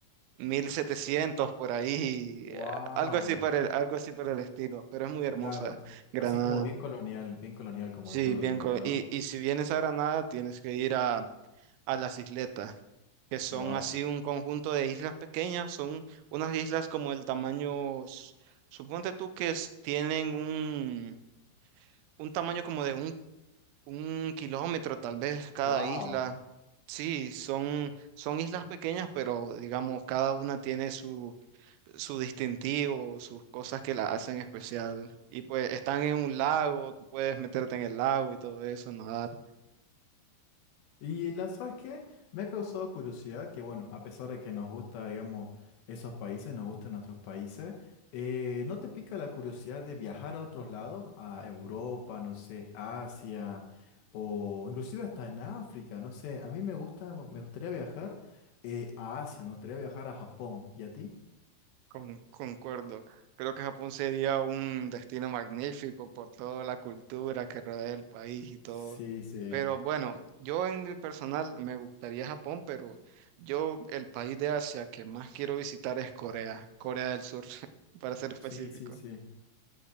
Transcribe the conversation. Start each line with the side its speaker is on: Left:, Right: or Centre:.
Right: 1700 por ahí,
Left: ¡Wow!
Right: eh, algo así para el, algo así para el estilo, pero es muy hermosa
Left: Claro.
Right: Granada.
Left: Así como bien colonial, bien colonial, como
Right: Sí,
Left: tú lo
Right: bien,
Left: dices,
Right: co-
Left: ¿no?
Right: y, y si vienes a Granada tienes que ir a a las isletas, que son
Left: ¡Wow!
Right: así un conjunto de islas pequeñas, son unas islas como el tamaño, s- suponte tú que es- tienen un, un tamaño como de un, un kilómetro tal vez cada
Left: ¡Wow!
Right: isla. Sí, son, son islas pequeñas, pero digamos, cada una tiene su, su distintivo, sus cosas que la hacen especial. Y pues están en un lago, tú puedes meterte en el lago y todo eso, nadar.
Left: Y la, ¿sabes qué? Me ha causado curiosidad que, bueno, a pesar de que nos gusta, digamos, esos países, nos gustan nuestros países, eh, ¿no te pica la curiosidad de viajar a otros lados? A Europa, no sé, Asia, o inclusive hasta en África, no sé. A mí me gusta, me gustaría viajar eh, a Asia, me gustaría viajar a Japón. ¿Y a ti?
Right: Con- concuerdo. Creo que Japón sería un destino magnífico por toda la cultura que rodea el país y todo.
Left: Sí, sí,
Right: Pero bueno, yo en mi personal me gustaría Japón, pero yo el país de Asia que más quiero visitar es Corea, Corea del Sur, <laughs> para ser específico.
Left: sí, sí, sí.